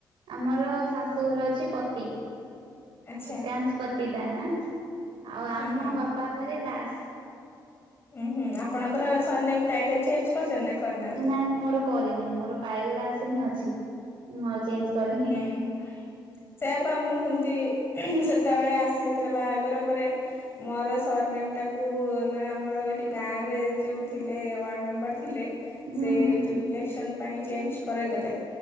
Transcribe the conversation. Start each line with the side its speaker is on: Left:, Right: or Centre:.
Right: ଆମର ଶାଶୁଘର ଅଛି ପତି
Left: ଆଚ୍ଛା
Right: ଏକାଂଶ ପତି ତା ନା। ଆଉ ଆମ
Left: ହୁଁ ହୁଁ।
Right: ବାପା ଘରେ ଦାସ।
Left: ଉଁ ହୁଁ ଆପଣଙ୍କର ସର ନେମ ଟାଇଟେଲ ଚେଞ୍ଜ କରିସନି ନା କର ନା
Right: ନାଇଁ ମୋର କରିନି ମୋର ପାୟଲ ଦାସ ହିଁ ଅଛି ମୁଁ ଆଉ ଚେଞ୍ଜ କରିନି।
Left: ହ ସେୟାପା ମୁଁ ହେମିତି ସେତେବେଳେ ଆସିଲି ତେବେଳେ ବାହାଘର ପରେ। ମୋର ସର ନେମ୍ ଟାକୁ ମାନେ ଆମର ଏଇଠି ଗାଁରେ ଯେଉଁ ଥିଲେ ୱାର୍ଡ଼ ମେମ୍ବର ଥିଲେ।
Right: ହୁଁ
Left: ସେ
Right: ହୁଁ
Left: ଯୋଉ ଇଲେକ୍ସନ ପାଇଁ ଚେଞ୍ଜ କରେଇଦେଲେ।